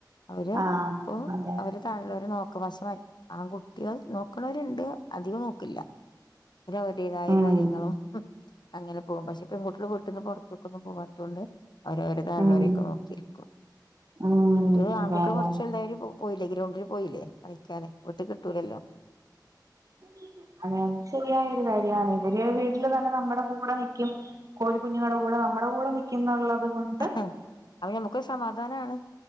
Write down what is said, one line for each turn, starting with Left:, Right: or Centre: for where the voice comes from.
Left: അവര്
Right: ആഹ്
Left: ഇപ്പൊ
Right: അതെ
Left: അവരെ. താഴള്ളവര് നോക്ക പക്ഷെ ആൺകുട്ടികൾ നോക്കണവരുണ്ട് അധികം നോക്കില്ല. ര് അവരുടേതായ
Right: ഉം
Left: കാര്യങ്ങളും. ഉം അങ്ങനെ പോകും പക്ഷെ പെൺകുട്ടികുടെ വീട്ടിൽന്ന് പുറത്തൊക്കൊന്നും പോവാ. ണ്ട് ഓരോര ത ഉള്ളവരെയൊക്കെ
Right: ഉം
Left: നോക്കിയിരിക്കും.
Right: ഉം
Left: കുട്ടികൾ ആൺകുട്ടിക
Right: അതെ അതെ
Left: കുറച്ച എല്ലാവും പോയില്ലേ ഗ്രൗണ്ടിൽ പോയില്ലേ കളിക്കാെ വീട്ടിൽ കിട്ടൂലല്ലോ.
Right: അ. അതെത് ശരിയായൊരു കാര്യമാണ് ഇതില് വീട്ടില് തന്നെ നമ്മുടെ കൂടെ നിക്കും. കോഴിക്കുഞ്ഞുങ്ങടെ കൂടെ നമ്മുടെ കൂടെ നിൽക്കുന്നുള്ളത് കൊണ്ട്.
Left: ക്ഹ് അപ്പൊ നമ്മുക്ക് ഒര് സമാധാനമാണ്.